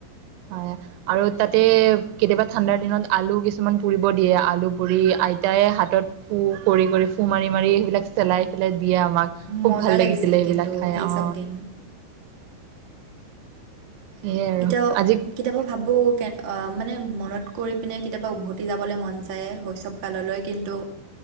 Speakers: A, on the right; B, on the right.
A: হয় আৰু তাতে কেতিয়াবা ঠাণ্ডাৰ দিনত আলু কিছুমান পুৰিব দিয়ে আলু পুৰি আ তাই হাতত ফু কৰি কৰি ফো মাৰি মাৰি সেইবিলাক চেলাই পেলাই দিয়ে আমাক খুব
B: মজা
A: ভাল লাগিছিলে
B: লাগিছিল
A: সেইবিলাক
B: কিন্তু
A: খাই
B: সেই
A: অ
B: চব দিন
A: সেয়ে আৰু
B: এতিয়াও
A: আজি
B: কেতিয়াবা ভাবো কে অ মানে মনত কৰি পিনে কেতিয়াবা উভতি যাব মন যায় শৈশৱ কাল কিন্তু